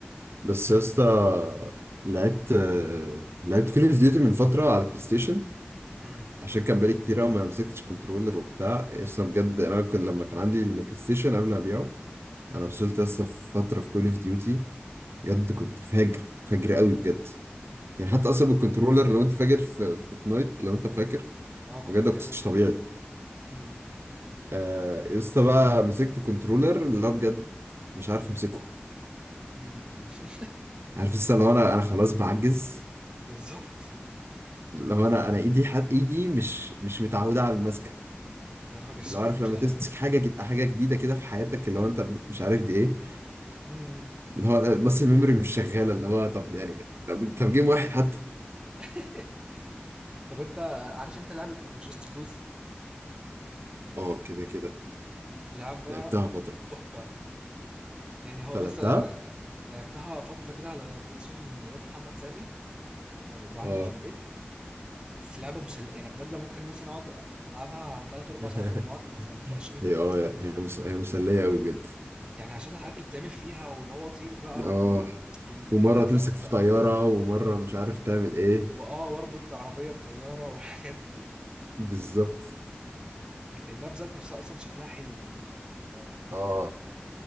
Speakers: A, on the right; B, on the right.
A: بس يا اسطى لعبت آه، لعبت كول اوف ديوتي من فتره على بلاي ستيشن
B: امم
A: عشان كان بقالي كتير أوي ما مسكتش كنترولر وبتاع اصلا بجد انا كنت لما كان عندي البلاي ستيشن قبل ما ابيعه انا
B: امم
A: وصلت لسه في فتره في كول اوف ديوتي بجد كنت فاجر فاجر قوي بجد يعني حتى اصلا بالكنترولر لو انت فاجر في في فورتنايت لو انت فاكر
B: اه كنت
A: بجد
B: حلو
A: ما كنتش
B: انت
A: طبيعي
B: بتلعب معايا امم
A: آه، لسه بقى مسكت كنترولر اللي هو بجد مش عارف امسكه
B: امم <laughs>
A: عارف لسه لو انا انا خلاص بعجز
B: بالظبط
A: لو انا انا ايدي حت ايدي مش مش متعوده على المسكه
B: يا نهار اسود
A: اللي هو عارف لما
B: لا
A: تمسك
B: لا
A: حاجه جد... حاجه جديده كده في حياتك اللي هو انت مش عارف دي ايه
B: امم
A: اللي هو المسل ميموري مش شغاله اللي هو طب يعني طب, طب جيم واحد حتى
B: <laughs> طب انت عارف انت لعبة جاست كوز
A: اه كده كده
B: لعبة
A: لعبتها فتره
B: تحفة يعني هو
A: انت
B: بس
A: لعبتها
B: انا لعبتها فترة كده على بلاي ستيشن الواد محمد سامي لما ببقى عنده
A: اه
B: في البيت بس لعبة مسل يعني بجد ممكن مثلا اقعد العبها تلات اربع
A: <laughs>
B: ساعات ورا بعض ما أزهق- ما ازهقش منها
A: هي اه هي مس... هي مسليه قوي بجد
B: يعني عشان الحاجات اللي بتعمل فيها واللي هو طير بقى
A: اه
B: والماب
A: ومره تمسك
B: ذات نفسها
A: في طياره
B: اصلا
A: ومره مش عارف تعمل ايه
B: واه واربط عربية بطيارة والحاجات دي
A: بالظبط
B: والماب ذات نفسها اصلا شكلها حلو كمان فاهمني فلا
A: اه